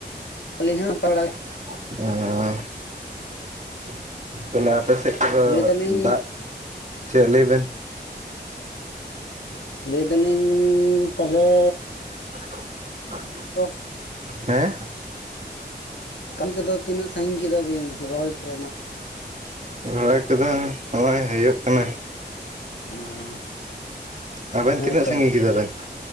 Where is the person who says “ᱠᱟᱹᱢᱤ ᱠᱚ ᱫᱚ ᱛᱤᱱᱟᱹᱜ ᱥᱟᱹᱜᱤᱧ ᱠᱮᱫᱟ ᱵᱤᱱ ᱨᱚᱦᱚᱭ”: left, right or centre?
Left